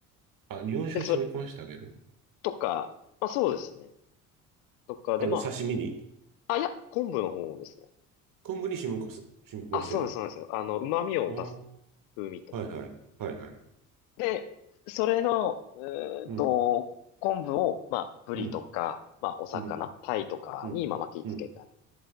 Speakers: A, on the right; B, on the left.
A: あ、日本酒を染み込ませてあげる
B: で、そ、とか、まあ、そうですね。とかで、
A: あの、
B: ま
A: 刺身に
B: あ、あ、いや、昆布の方ですね。
A: 昆布に染みこす、染み込ませる。
B: あ、そうなんです、そうなんですよ。あの、旨味を出す
A: ああ、
B: 風味と。
A: はいはい。はいはい。
B: で、それの、うーんと、
A: うん。
B: 昆布を、まあ、ブリとか、
A: うん。
B: まあ、お魚、
A: うん。
B: タイとかに、
A: うん。
B: まあ、巻きつけてあげる。
A: うん